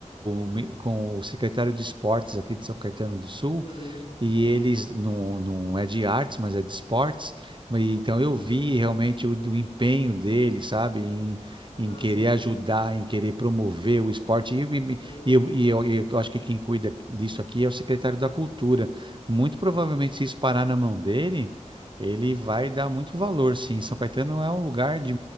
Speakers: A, on the right; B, on the left.
A: o, com o secretário de esportes aqui de São Caetano do Sul
B: uhum,
A: e eles não, não é de artes, mas é de esportes. E, então eu
B: uhum.
A: vi realmente o, o empenho dele, sabe, em, em
B: Ah,
A: querer
B: sim.
A: ajudar, em querer promover o esporte. E,
B: Uhum,
A: e, e eu, e eu- eu acho que quem cuida disso aqui é o secretário da Cultura. Muito provavelmente, se isso parar na mão dele, ele vai dar muito valor, sim. São Caetano é um lugar de,